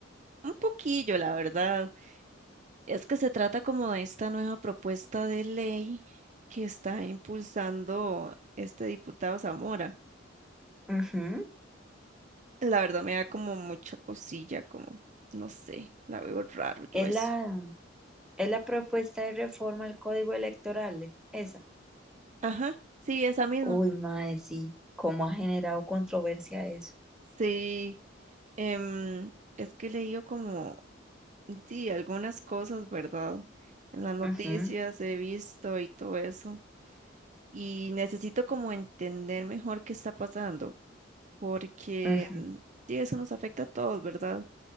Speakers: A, on the right (about 40°); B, in the centre.
A: un poquillo, la verdad. Es que se trata como de esta nueva propuesta de ley que está impulsando este diputado Zamora.
B: Ujú.
A: La verdad me da como mucha cosilla, como, no sé, la veo raro yo
B: Es
A: eso.
B: la, es la propuesta de reforma al código electoral, eh, esa.
A: Ajá, sí, esa misma.
B: Uy, mae, sí, cómo ha generado controversia eso.
A: Sí. Em, es que he leído como, sí, algunas cosas, ¿verdad? En las noticias
B: Ujú,
A: he visto y todo eso. Y necesito como entender mejor qué está pasando, porque
B: ujú,
A: em, sí, eso nos afecta a todos, ¿verdad?